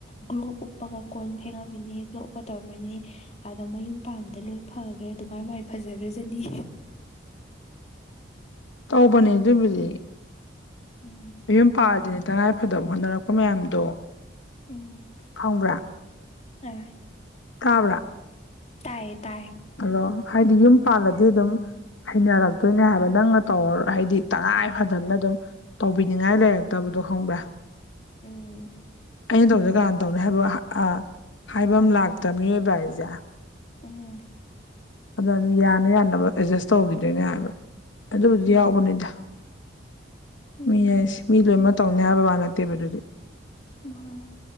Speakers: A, on the left; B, on the left.
A: ꯒ꯭ꯂꯣꯞ ꯎꯞꯄꯒ ꯀꯣꯟ ꯐꯦꯡꯉꯝꯃꯤꯅꯤ ꯒ꯭ꯂꯣꯞ ꯎꯞꯄ ꯇꯧꯔꯝꯃꯤꯅꯤ ꯑꯗꯣ ꯃꯌꯨꯝ ꯄꯥꯟꯕꯥꯟꯗ ꯂꯣꯏ ꯐꯈ꯭ꯔꯦ ꯑꯗꯨꯃꯥꯏꯅ ꯃꯃꯥꯏꯅ ꯐꯖꯈ꯭ꯔꯖꯅꯤ
B: ꯇꯧꯕꯅꯦ ꯑꯗꯨꯕꯨꯗꯤ
A: ꯎꯝ
B: ꯌꯨꯝ ꯄꯥꯜꯗꯅꯦ ꯇꯉꯥꯏꯐꯗꯕ ꯍꯣꯠꯅꯔꯛꯄ ꯃꯌꯥꯝꯗꯣ
A: ꯎꯝ
B: ꯈꯪꯕ꯭ꯔꯥ
A: ꯑꯥ
B: ꯇꯕ꯭ꯔꯥ
A: ꯇꯌꯦ ꯇꯌꯦ
B: ꯍꯂꫭ ꯍꯥꯏꯗꯤ ꯌꯨꯝ ꯄꯥꯜꯂꯗꯤ ꯑꯗꯨꯝ ꯍꯩꯅꯔꯛꯇꯣꯏꯅꯦ ꯍꯥꯏꯕ ꯅꯪꯅ ꯇꯧ ꯍꯥꯏꯗꯤ ꯇꯉꯥꯏ ꯐꯗꯅ ꯑꯗꯨꯝ ꯇꯧꯕꯤꯅꯤꯡꯉꯥꯏ ꯂꯩ ꯇꯕꯗꯣ ꯈꯪꯕ꯭ꯔꯥ
A: ꯎꯝ
B: ꯑꯩꯅ ꯇꯧꯗ ꯀꯥꯟꯅ ꯇꯧꯅꯤ ꯍꯥꯏꯕ ꯍꯥꯏꯐꯝ ꯂꯥꯛꯇ꯭ꯔ ꯃꯤꯑꯣꯏꯕ ꯍꯥꯏꯔꯤꯁꯦ
A: ꯎꯝ
B: ꯑꯗꯣ ꯑꯗꯨꯝ ꯌꯥꯅꯤ ꯌꯥꯅꯕ ꯑꯦꯗꯖꯁ ꯇꯧꯈꯤꯗꯣꯏꯅꯦ ꯍꯥꯏꯕ ꯑꯗꯨꯕꯨꯗꯤ
A: ꯑꯗꯨꯅꯤ
B: ꯌꯥꯎꯕꯅꯤꯗ
A: ꯎꯝ
B: ꯃꯤ ꯍꯥꯏꯁꯤ ꯃꯤ ꯂꯣꯏꯃꯛ ꯇꯧꯅꯤ ꯍꯥꯏꯕ ꯋꯥꯅꯠꯇꯕ ꯑꯗꯨꯗꯤ
A: ꯃꯅꯤ